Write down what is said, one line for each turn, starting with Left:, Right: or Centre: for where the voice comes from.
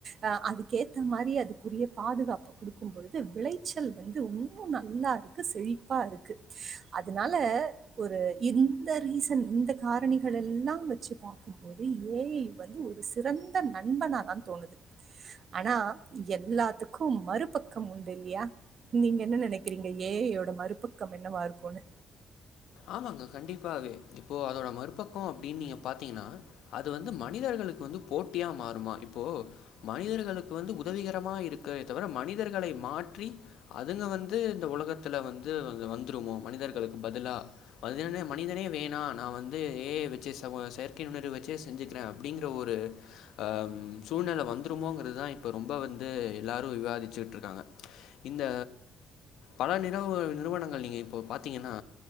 Right: ஆ அதுக்கேத்த மாரி அதுக்குரிய பாதுகாப்பு குடுக்கும் பொழுது விளைச்சல் வந்து இன்னு நல்லா இரு க்கு செழிப்பா இருக்கு அதனால ஒரு எந்த ரீசன் இந்த காரணிகள் ல்லா வச்சு பாக்கும்போது ஏ ஐ வந்து ஒரு சிறந்த நண்பனாதா தோணுது ஆனா எல்லாத்துக்கும் மறுபக்கம் உண்டு இல்லையா நீங்க என்ன நினைக்கிறீங்க ஏ ஐ யோட மறுபக்கம் என்னவா இருக்குனு
Left: ஆமாங்க கண்டிப்பாவே இப்போ அதோட மறுபக்கோ அப்டின்னு நீங்க பாத்தீங்கன்னா அது வந்து மனிதர் ளுக்கு வந்து போட்டியா மாறுமா இப்போ மனிதர்களுக்கு வந்து உதவிகரமா இருக்கிறதே தவிர மனிதர்கள் ளை மாற்றி அதுங்க வந்து இந்த உலகத்தில வந்து வந்துருமோ மனிதர்களுக்கு பதிலா வரு மனிதனே வேணா நா வந்து ஏ வச்சு ச செயற்கை நுண்ணறிவு வே வெச்சே செஞ்சுக்கிறே அப்படிங்கிற ஒ ஒரு ஆம் சூழ்நிலை வந்துருமோங்கிறதுதா இப்ப ரொம்ப வந்து எல்லாரு விவாதிச்சுட்ருக்காங்க இந்த பல நிறவு நிறுவனங்கள் நீங்க இப்போ பாத்தீங்கன்னா